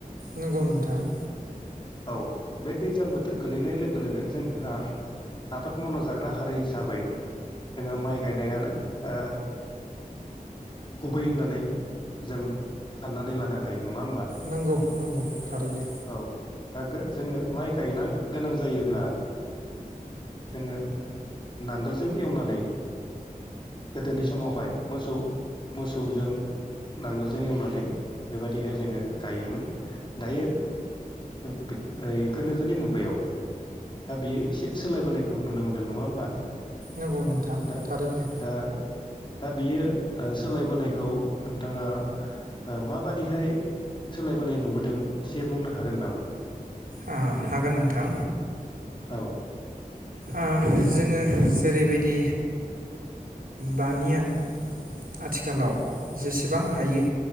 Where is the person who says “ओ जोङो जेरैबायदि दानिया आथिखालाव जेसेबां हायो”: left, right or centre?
Right